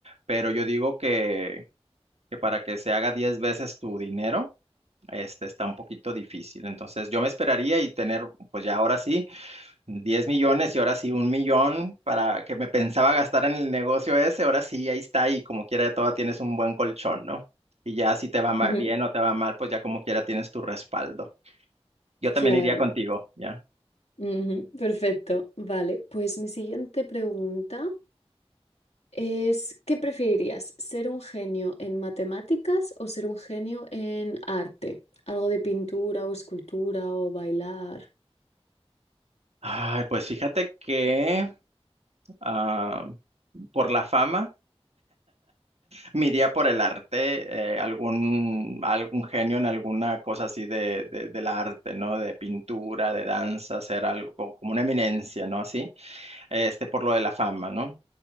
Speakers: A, on the right (about 75°); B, on the left (about 75°).
A: pero yo digo que, que para que se haga 10 veces tu dinero, este, está un poquito difícil. Entonces yo me esperaría y tener, pues ya ahora sí, 10 millones y ahora sí un millón para que me pensaba gastar en el negocio ese, ahora sí, ahí está y como quiera toda tienes un buen colchón, ¿no? Y ya si te va ma-
B: Ujú,
A: bien o te va mal, pues ya como quiera tienes tu respaldo. Yo también
B: Claro.
A: iría contigo, ¿ya?
B: Ujú, Perfecto. Vale, pues mi siguiente pregunta es, ¿qué preferirías? ¿Ser un genio en matemáticas o ser un genio en arte? Algo de pintura o escultura o bailar.
A: Ay, pues fíjate que ah, por la fama. mi día por el arte, eh, algún, algún genio en alguna cosa así de, de- del arte, ¿no? De pintura, de danza, ser algo co- como una eminencia, ¿no? Así, este, por lo de la fama, ¿no?